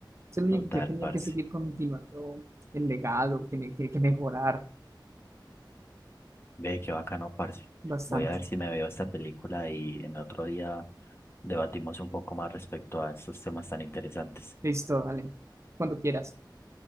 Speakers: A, on the right; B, on the left.
A: Es el único
B: Total,
A: que ha tenido
B: parce.
A: que seguir continuando el legado, tiene, tiene que mejorar
B: Ve qué bacano, parce.
A: bastante.
B: Voy a ver si me veo esta película y en otro día debatimos un poco más respecto a estos temas tan interesantes.
A: Listo, dale. Cuando quieras.